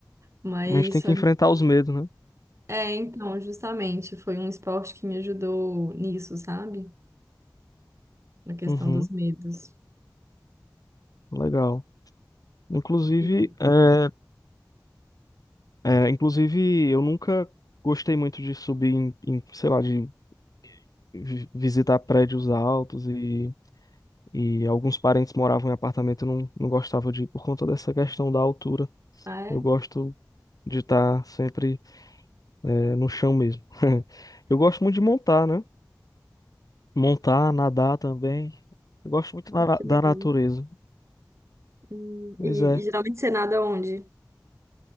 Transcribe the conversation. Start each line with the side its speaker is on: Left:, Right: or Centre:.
Right: Mas
Left: Mas a gente tem que enfrentar os medos, né?
Right: É, então, justamente, foi um esporte que me ajudou nisso, sabe? Na questão
Left: Uhum,
Right: dos medos.
Left: legal. Inclusive,
Right: E,
Left: é, é, inclusive, eu nunca gostei muito de subir em, em, sei lá, de vi- visitar prédios altos e, e alguns parentes moravam em apartamento e não, não gostava de ir por conta dessa questão da altura.
Right: ah, é?
Left: Eu gosto de estar sempre, é, no chão mesmo. <laughs> Eu gosto muito de montar, né? Montar, nadar também. Eu gosto muito da, na-
Right: Que legal.
Left: da natureza.
Right: Hum,
Left: Pois
Right: E,
Left: é.
Right: e geralmente você nada onde?